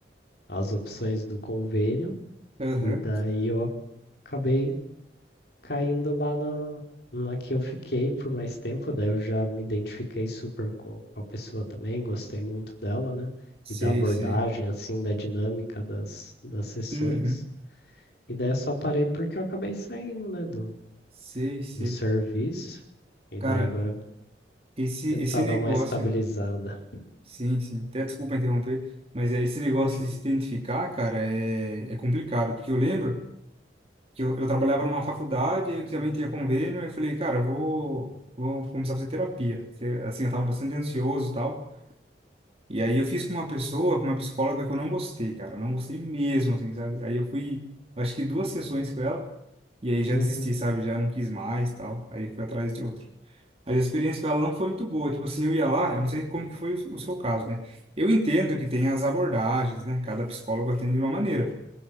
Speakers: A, on the left (about 60°); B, on the right (about 35°).
A: as opções do convênio,
B: aham,
A: e daí eu acabei caindo lá na, na que eu fiquei por mais tempo, daí eu já me identifiquei super com a pessoa também, gostei muito dela, né?
B: sei,
A: E da abordagem,
B: sei.
A: assim, da dinâmica das, das sessões.
B: Uhum,
A: E daí eu só parei porque eu acabei saindo, né, do,
B: sei, sei.
A: do serviço. E
B: Cara,
A: daí agora eu vou
B: esse,
A: tentar
B: esse negócio,
A: dar uma estabilizada.
B: sim, sim. Até desculpa interromper, mas é, esse negócio
A: Imagina.
B: de se identificar, cara, é, é complicado, porque eu lembro. que eu, eu trabalhava numa faculdade, e que também tinha convênio, aí eu falei, cara, eu vou, vou começar a fazer terapia. Porque, assim, eu tava bastante ansioso e tal. E aí eu fiz com uma pessoa, com uma psicóloga que eu não gostei, cara. Eu não gostei mesmo, assim, sabe? Aí eu fui, acho que duas sessões com ela, e aí já
A: Uhum,
B: desisti, sabe? Já não quis mais e tal. Aí fui atrás de outro. Mas a experiência com ela não foi muito boa. Tipo assim, eu ia lá, eu não sei como que foi o o seu caso, né? Eu entendo que tem as abordagens, né? Cada psicólogo atende de uma maneira.